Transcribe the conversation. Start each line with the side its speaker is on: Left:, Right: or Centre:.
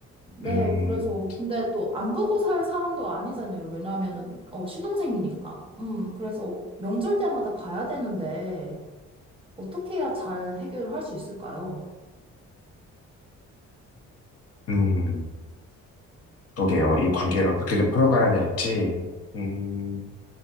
Right: 네,
Left: 음,
Right: 그래서, 근데 또 안 보고 살 사람도 아니잖아요. 왜냐면은, 어, 신혼생이니까. 음, 그래서 어, 명절 때마다 봐야 되는데, 어떻게 해야 잘 해결할 수 있을까요?
Left: 음. 그러게요. 이 관계를 어떻게 좀 풀어가야 될지. 음,